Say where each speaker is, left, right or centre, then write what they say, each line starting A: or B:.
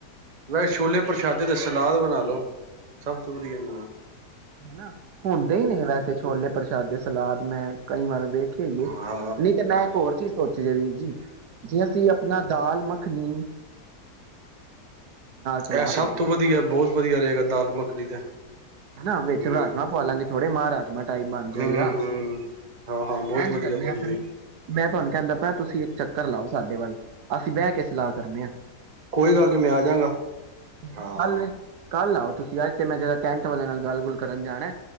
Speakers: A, on the right (about 35°); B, on the right (about 75°).
A: ਕਿਹਾ ਛੋਲੇ ਪ੍ਰਸ਼ਾਦੇ ਤੇ ਸਲਾਦ ਬਣਾ ਲਓ। ਸਭ ਤੋਂ ਵਧੀਆ ਨਾਂ
B: ਹਨਾ ਹੁੰਦੇ ਹੀ ਨੇ ਵੈਸੇ ਛੋਲੇ ਪ੍ਰਸ਼ਾਦੇ ਸਲਾਦ ਮੈਂ ਕਈ ਵਾਰ ਵੇ ਵੇਖੇ ਈ ਏ
A: ਹਾਂ
B: ਨਹੀਂ ਤੇ ਮੈਂ ਇੱਕ ਹੋਰ ਚੀਜ਼ ਸੋਚੀ ਜੇ ਅਸੀਂ ਆਪਣਾ ਦਾਲ ਮ ਮਖਣੀ ਸਲਾਦ
A: ਇਹ ਸਭ
B: ਹੋ ਜਾਏ
A: ਤੋਂ ਵਧੀਆ ਬਹੁਤ ਵਧੀਆ ਰਹੇਗਾ ਦਾਲ ਮੱਖਣੀ ਤੇ
B: ਹੈਨਾ
A: ਹੂੰ
B: ਵਿੱਚ ਰਾਜਮਾਂ ਪਵਾ ਲਾਂਗੇ ਥੋੜੇ ਮਾਂ ਰਾਜਮਾ ਟਾਈਪ ਬਣ ਜਾਏਗਾ
A: ਹੂੰ ਹੂੰ ਹਾਂ ਹਾਂ ਬਹੁਤ
B: ਏਂਝ
A: ਵਧੀਆ
B: ਕਰਨੇ
A: ਬਹੁਤ
B: ਆ
A: ਵਧੀਆ
B: ਫਿਰ ਮੈਂ ਤੁਹਾਨੂੰ ਕਹਿੰਦਾ ਪਿਆ ਤੁਸੀਂ ਇੱਕ ਚੱਕਰ ਲਓ ਸਾਡੇ ਸਾਡੇ ਵੱਲ, ਅਸੀ ਬਹਿ ਕੇ ਸਲਾਹ ਕਰਨੇ ਹਾਂ
A: ਕੋਈ ਗੱਲ ਨਹੀਂ, ਮੈਂ ਆਜਾਂਗਾ,
B: ਤੁਸੀਂ
A: ਹਾਂ।
B: ਕੱਲ ਕੱਲ ਆਓ ਤੁਸੀ, ਅੱਜ ਤੇ ਮੈਂ ਜਰਾ ਟੈਂਟ ਵਾਲਿਆਂ ਨਾਲ ਗੱਲ ਗੁਲ ਕਰਨ ਜਾਣਾ